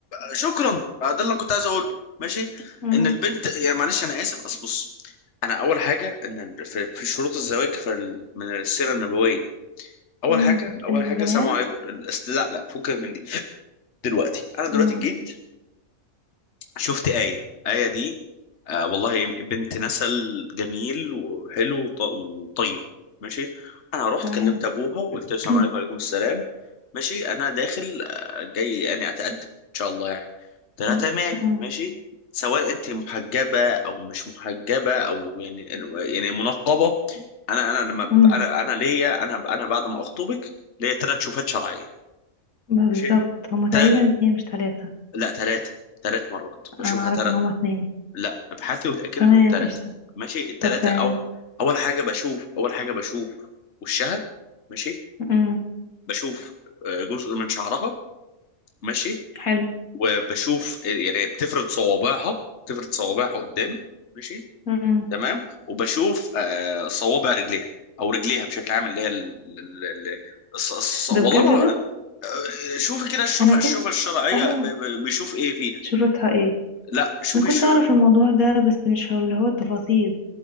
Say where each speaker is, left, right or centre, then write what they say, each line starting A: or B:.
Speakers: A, on the left; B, on the left.
A: شكرا بقى ده اللي انا كنت عايز اقوله ماشي
B: امم
A: ان البنت يعني معلش انا اسف اصل بص انا اول حاجه ان في, في شروط الزواج في ال- من السيره النبويه اول
B: امم
A: حاجه اول
B: الجمال
A: حاجه سلام عليكم الاست- لا لا فكك من دي دلوقتي انا دلوقتي
B: امم
A: جيت شفت آية آية دي آه والله بنت نسل جميل وحلو وط- وطيب ماشي انا رحت
B: تمام
A: كلمت ابوها وقلت له السلام عليكم
B: <coughs>
A: وعليكم السلام ماشي انا داخل آه، جاي يعني اتقدم ان شاء الله يعني قلت لها
B: <clears throat>
A: تمام
B: امم
A: ماشي سواء انت محجبه او مش محجبه او يعني يعني منقبه انا انا لما ب-
B: امم
A: انا انا ليا انا انا بعد ما اخطبك ليا ثلاث شوفات شرعيه
B: بالظبط
A: ماشي
B: هما تقريبا
A: تا...
B: اتنين مش تلاتة
A: لا ثلاثه ثلاث مرات بشوفها
B: انا اعرف
A: ثلاث
B: ان هما اتنين
A: لا ابحثي وتاكدي
B: تمام
A: انهم ثلاثه
B: قشطة
A: ماشي الثلاثه
B: طب تمام
A: او اول حاجه بشوف اول حاجه بشوف وشها ماشي
B: امم
A: بشوف آه، جزء من شعرها ماشي
B: حلو
A: وبشوف آه، يعني بتفرد صوابعها بتفرد صوابعها قدامي ماشي
B: امم
A: تمام وبشوف آه، صوابع رجليها او رجليها بشكل عام اللي هي ال... ال... ال... الص- الص- والله
B: ده بجد
A: ما
B: ده
A: آه، شوفي كده الشوفة
B: انا كنت
A: الشوفة الشرعية
B: اه
A: ب- ب- بيشوف ايه فيها
B: شروطها ايه
A: لا شوفي
B: انا كنت
A: شو...
B: اعرف الموضوع ده بس مش هو اللي هو التفاصيل